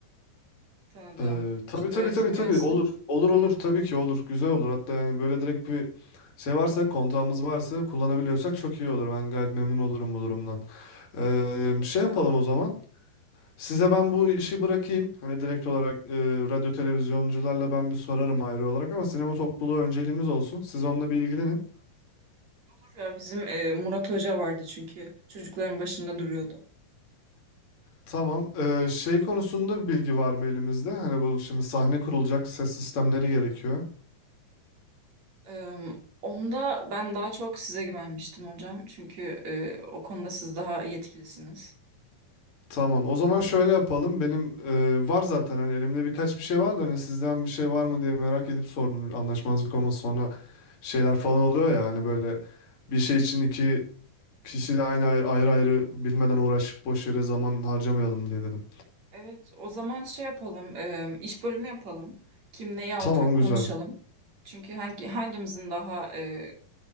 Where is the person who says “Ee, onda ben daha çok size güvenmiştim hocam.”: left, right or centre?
Right